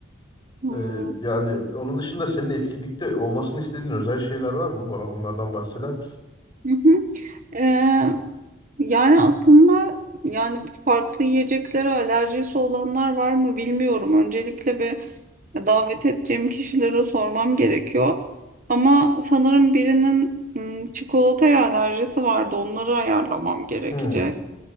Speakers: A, on the right (about 40°); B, on the left (about 25°).
A: Hı
B: E, yani onun dışında senin etkinlikte olmasını istediğin özel şeyler var mı? Bana bunlardan bahseder misin?
A: hı. Ee, yani aslında yani farklı yiyeceklere alerjisi olanlar var mı bilmiyorum. Öncelikle bir davet edeceğim kişilere sormam gerekiyor. Ama sanırım birinin ım, çikolataya alerjisi vardı. Onları ayarlamam gerekecek.
B: Hmm.